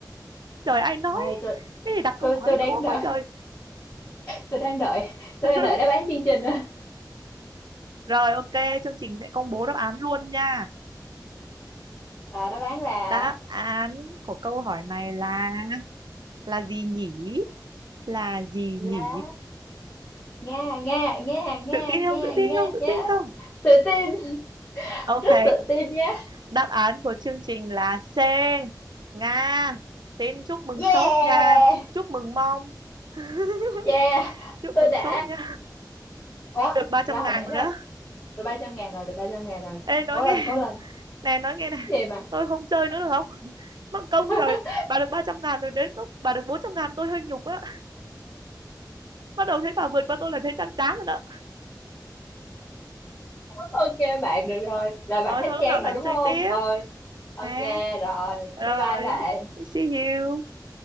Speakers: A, on the right; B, on the left.
A: Trời ai nói
B: Ai, tôi
A: cái gì đặt câu
B: tôi
A: hỏi
B: tôi đang
A: khó
B: đợi
A: quá trời.
B: tôi đang đợi tôi
A: <laughs>
B: đang đợi đáp án chương trình
A: Rồi ok, chương trình sẽ công bố đáp án luôn nha.
B: <laughs> và đáp án là
A: Đáp án của câu hỏi này là là gì nhỉ? Là gì
B: lá
A: nhỉ?
B: nga nga nga nga
A: Tự tin không?
B: nga
A: Tự tin
B: nga
A: không? Tự
B: nhá
A: tin không?
B: tự tin
A: Ok,
B: rất tự tin nhá
A: đáp án của chương trình là C. Nga. Xin chúc mừng
B: yeah
A: sốt nha. Chúc mừng mong. <laughs>
B: yeah
A: Chúc
B: tôi
A: mừng
B: đã
A: sốt nha.
B: ờ, ủa
A: Được ba
B: là
A: trăm
B: hồi
A: ngàn
B: nãy
A: rồi
B: là
A: đó.
B: được ba trăm ngàn rồi được ba trăm ngàn rồi
A: Ê nói
B: cố
A: nghe,
B: lên cố lên
A: nè nói nghe nè.
B: Cái gì mà
A: Tôi không chơi nữa được không? <laughs> Mất công
B: <laughs>
A: rồi. Bà được ba trăm ngàn rồi đến lúc bà được bốn trăm ngàn tôi hơi nhục á. bắt đầu thấy bà vượt qua tôi là thấy chán chán rồi đó
B: ok bạn được rồi là bạn
A: rồi
B: hết
A: thôi lúc
B: chán
A: nào
B: rồi
A: rảnh
B: đúng
A: chơi
B: không
A: tiếp
B: rồi ok
A: ha
B: rồi
A: rồi
B: bye bye bạn
A: see you